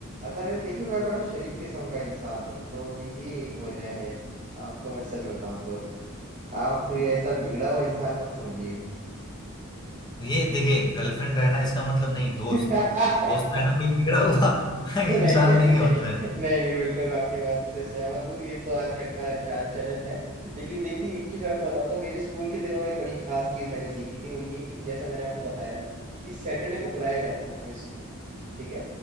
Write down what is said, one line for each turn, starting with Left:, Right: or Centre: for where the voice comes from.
Right: असल में देखिए मैं बड़ा शरीफ किस्म का इंसान हूँ तो ये एक वजह है आपको मैं सच बताऊं तो आप मुझे ऐसा बिगड़ा हुआ इंसान मत समझिए
Left: ये देखिए गर्लफ्रेंड रहना इसका मतलब नहीं दोस्त
Right: <laughs>
Left: दोस्त रहना कोई बिगड़ा हुआ <laughs>
Right: नहीं
Left: इंसान
Right: नहीं
Left: नहीं
Right: नहीं नहीं
Left: होता है
Right: नहीं बिल्कुल मैं आपकी बात से सहमत हूँ ये तो आजकल का चाल चलन है लेकिन देखिए एक चीज मैं आपको बताऊंगा मेरे स्कूल के दिनों में एक बड़ी खास चीज मैंने सीखी थी वो ये कि जैसा मैंने आपको बताया कि सैटरडे को बुलाया जाता था हमें स्कूल ठीक है